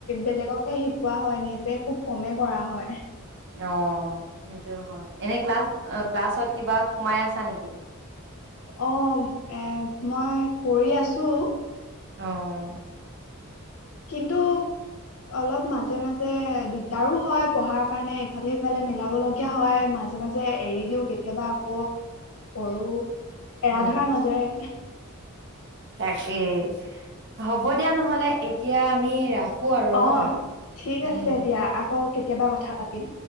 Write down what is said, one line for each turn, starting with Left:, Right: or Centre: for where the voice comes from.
Left: বেলেগকহে শিকোৱা হয় নিজে খুব কমেই কৰা হয়।
Right: অ' সেইটো হয়, এনে ক্লাছ ক্লাছত কিবা সোমাই আছা নেকি?
Left: অ', এ মই কৰি আছোঁ।
Right: অ'।
Left: কিন্তু অলপ মাজে মাজে দিগদাৰো হয় পঢ়াৰ কাৰণে, ইফালে সিফালে মিলাব লগীয়া হয় মাজে মাজে এৰি দিও কেতিয়াবা আকৌ কৰো, এৰা
Right: উম
Left: ধৰাৰ মাজেৰে।
Right: তাকেই, হ'ব দিয়া নহ'লে এতিয়া আমি ৰা শু আৰু
Left: অঁ
Right: ন?
Left: ঠিক
Right: উম
Left: আছে দিয়া, আকৌ কেতিয়া এটা কথা পাতিম।